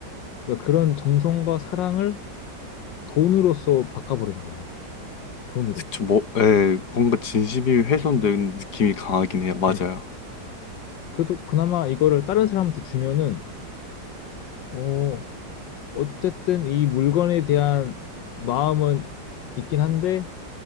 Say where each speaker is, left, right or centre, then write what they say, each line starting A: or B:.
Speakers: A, on the left; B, on the left.
A: 그러니까 그런 정성과 사랑을 돈으로써 바꿔버리는 거죠. 돈으로.
B: 그쵸, 뭐, 예, 뭔가 진심이 훼손된 느낌이 강하긴 해요. 맞아요.
A: 네. 그래도 그나마 이거를 다른 사람한테 주면은, 어, 어쨌든 이 물건에 대한 마음은 있긴 한데,